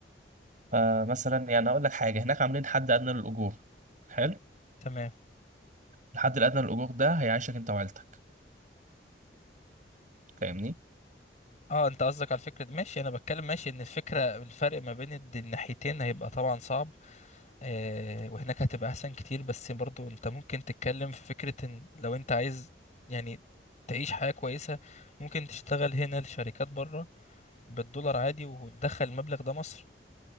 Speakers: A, on the right; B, on the left.
A: فمثلا يعني اقول لك حاجه هناك عاملين حد ادنى للاجور حلو
B: تمام
A: الحد الادنى للاجور ده هيعيشك انت وعيلتك فاهمني
B: اه انت قصدك على الفكرة دي ماشي انا بتكلم ماشي ان الفكرة الفرق ما بين الد- الناحيتين هيبقى طبعا صعب آه وهناك هتبقى احسن كتير بس برضو انت ممكن تتكلم في فكرة ان لو انت عايز يعني تعيش حياة كويسة ممكن تشتغل هنا لشركات بره بالدولار عادي وتدخل المبلغ ده مصر